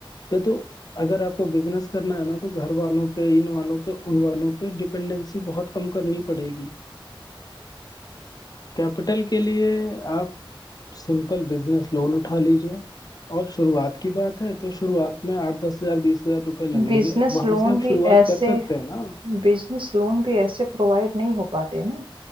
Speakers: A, on the left; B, on the right.
A: पे तो अगर आपको बिजनेस करना है ना तो घर वालों पे इन वालों पे उन वालों पे डिपेंडेंसी बहुत कम करनी पड़ेगी कैपिटल के लिए आप सिंपल बिजनेस लोन उठा लीजिए और शुरुआत की बात है तो शुरुआत में आठ दस हजार बीस हजार रुपये लगेंगे
B: बिजनेस
A: वहां
B: लोन
A: से आप
B: भी
A: शुरुआत
B: ऐसे
A: कर सकते हैं ना
B: बिजनेस लोन भी ऐसे प्रोवाइड नहीं हो पाते ना